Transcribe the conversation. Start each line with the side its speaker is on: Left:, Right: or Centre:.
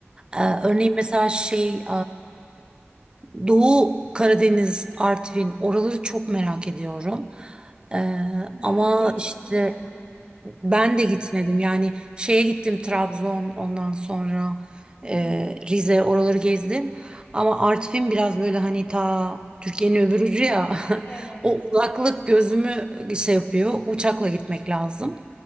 Left: Evet.
Right: Ee, örneğin mesela şey e, Doğu Karadeniz, Artvin oraları çok merak ediyorum. Ee,
Left: Ben
Right: ama
Left: de hiç
Right: işte
Left: gitmedim
Right: ben
Left: Karadeniz'e.
Right: de gitmedim. Yani şeye gittim Trabzon ondan sonra
Left: Hı
Right: e,
Left: hı.
Right: Rize oraları gezdim. Ama Artvin biraz böyle hani ta Türkiye'nin öbür ucu ya. <laughs>
Left: Evet.
Right: O uzaklık gözümü şey yapıyor. Uçakla
Left: Hı.
Right: gitmek lazım.